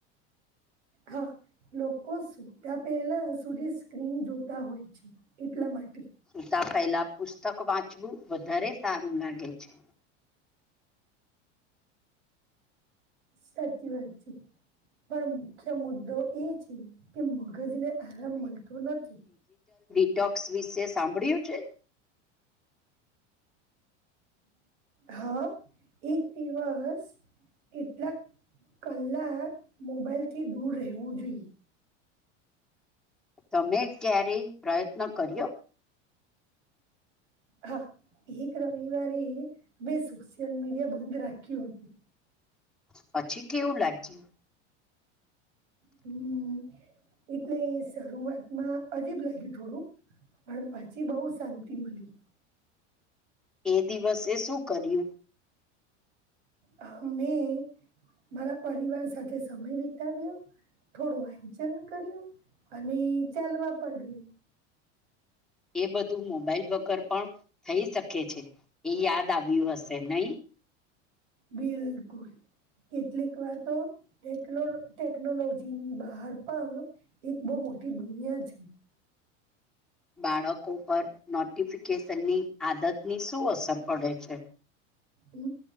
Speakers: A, on the right (about 75°); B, in the centre.
A: હા. લોકો સુતા પહેલા સુધી સ્ક્રીન જોતા હોય છે એટલા માટે.
B: સીતા પહેલા પુસ્તક વાંચવું વધારે સારું લાગે છે.
A: સાચી વાત છે પણ મુખ્ય મુદ્દો એ છે કે મગજને આરામ મળતો નથી.
B: ડક્સ વિશે સાંભળ્યું છે.
A: હા એક દિવસ કેટલાક કલા મોબાઈલથી દૂર રહેવું જોઈએ.
B: તમે ક્યારેય પ્રયત્ન કર્યો?
A: હા એક રવિવારે મેં સોશિયલ મીડિયા બંધ રાખ્યું હતું.
B: પછી કેવું લાગ્યું?
A: હ એટલે શરૂઆતમાં અજીબ લાગ્યું થોડું પણ પછી બહુ શાંતિ મળી
B: એ દિવસે શું કર્યું
A: હ મેં મારા પરિવાર સાથે સમય વિતાવ્યો થોડું વાંચન કર્યું અને ચાલવા પર ગઈ
B: એ બધું મોબાઈલ વગર પણ થઈ શકે છે એ યાદ આવ્યું હશે નય
A: બિલકુલ કેટલીક વાર એકલો ટેકનોલોજી ની બહાર પણ એક બહ મોટી દુનિયા છે
B: બાળકો પર નોટિફિકેશનની આદતની શું અસર પડે છે
A: હ